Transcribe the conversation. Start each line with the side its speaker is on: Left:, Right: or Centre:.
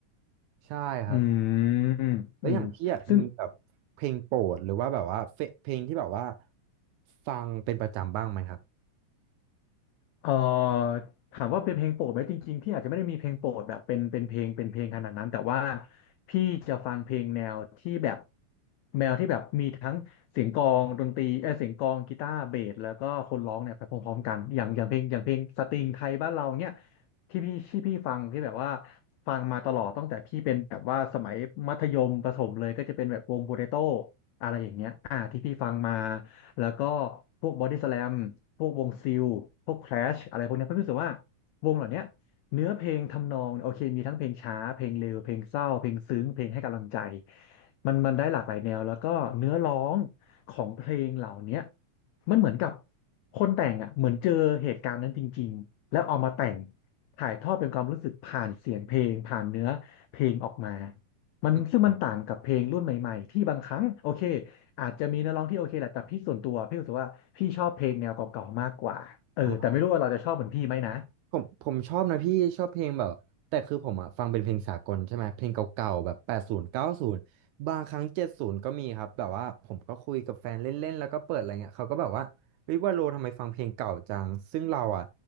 Right: ใช่ครับ
Left: อืม
Right: แล้วอย่างพี่อ่ะมีแบบเพลงโปรดหรือว่าแบบว่าเฟเพลงที่แบบว่า
Left: อืมซึ่ง
Right: ฟังเป็นประจำบ้างไหมครับ
Left: เอ่อถามว่าเป็นเพลงโปรดไหมจริงๆพี่อาจจะไม่ได้มีเพลงโปรดแบบเป็นเป็นเพลงเป็นเพลงขนาดนั้นแต่ว่าพี่จะฟังเพลงแนวที่แบบแนวที่แบบมีทั้งเสียงกลองดนตรีเออเสียงกลองกีตาร์เบสแล้วก็คนร้องเนี่ยไปพร้อมๆกันอย่างอย่างเพลงอย่างเพลงสตริงไทยบ้านเราเนี่ยที่พี่ที่พี่ฟังที่แบบว่าฟังมาตลอดตั้งแต่พี่เป็นแบบว่าสมัยมัธยมประถมเลยก็จะเป็นแบบวงโปเตโต้อะไรอย่างเงี้ยอ่าที่พี่ฟังมา แล้วก็พวกบอดี้สแลมพวกวงซิลพวกแคลชอะไรพวกเนี้ยเพื่อนรู้สึกว่าวงเหล่าเนี้ยเนื้อเพลงทำนองโอเคมีทั้งเพลงช้าเพลงเร็วเพลงเศร้าเพลงซึ้งเพลงให้กำลังใจมันมันได้หลากหลายแนวแล้วก็เนื้อร้องของเพลงเหล่าเนี้ยมันเหมือนกับคนแต่งอ่ะเหมือนเจอเหตุการณ์นั้นจริงๆแล้วเอามาแต่งถ่ายทอดเป็นความรู้สึกผ่านเสียงเพลงผ่านเนื้อเพลงออกมามันซึ่งมันต่างกับเพลงรุ่นใหม่ๆที่บางครั้งโอเค
Right: อืม
Left: อาจจะมีเนื้อร้องที่โอเคแหละแต่พี่ส่วนตัวพี่รู้สึกว่าพี่ชอบเพลงแนวเก่าๆมากกว่าเออแต่ไม่รู้ว่าเราจะชอบเหมือนพี่ไหมนะ
Right: อ่า ผมผมชอบนะพี่ชอบเพลงแบบแต่คือผมอะฟังเป็นเพลงสากลใช่ไหมเพลงเก่าๆแบบแปดศูนย์เก้าศูนย์บางครั้งเจ็ดศูนย์ก็มีครับแบบว่าผมก็คุยกับแฟนเล่นๆแล้วก็เปิดอะไรเงี้ยเขาก็แบบว่าเฮ้ยว่าโลทำไมฟังเพลงเก่าจังซึ่งเราอะ